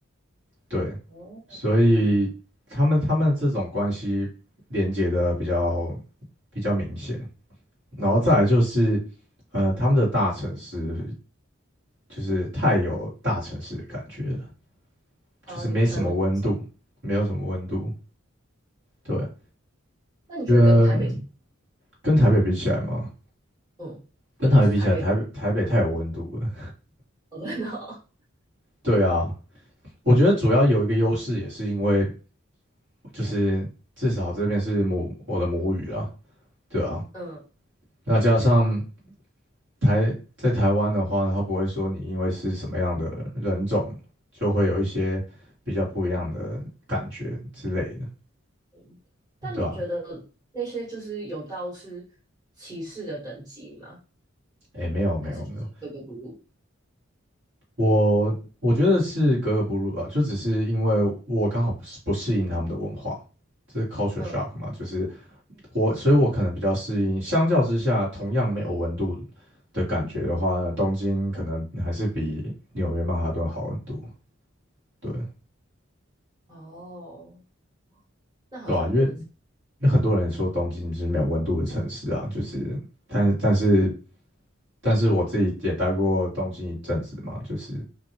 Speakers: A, on the right; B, on the right.
A: 对，
B: 哦，
A: 所以他们他们这种关系连接的比较比较明显，然后再来就是，呃，他们的大城市就是太有大城市的感觉了，
B: 啊，
A: 就是没什么温度，
B: 你不喜欢那么城市？
A: 没有什么温度，对啊，
B: 那你觉得跟台北，
A: 因为跟台北比起来嘛，
B: 嗯，
A: 跟台北比起来，
B: 或是台北有
A: 台北台北太有温度了，
B: 哦，真哦，
A: 对啊，我觉得主要有一个优势也是因为就是至少这边是母我的母语啦。对啊，
B: <laughs> 嗯，
A: 那加上台在台湾的话呢，他不会说你因为是什么样的人种，就会有一些比较不一样的感觉之类的，
B: 嗯但你觉得那些就是有到是歧视的等级吗？
A: 对吧、诶哎，没有没有没有，
B: 还是就是格格不入？
A: 我我觉得是格格不入啊，就只是因为我刚好不适不适应他们的文化，这是 culture
B: 嗯，
A: shock 嘛，就是我，所以我可能比较适应，相较之下，同样没有温度的感觉的话，东京可能还是比纽约曼哈顿好很多，对。
B: 哦，那好像真的是
A: 对啊，因为因为很多人说东京是没有温度的城市啊，就是，但但是但是我自己也待过东京一阵子嘛，就是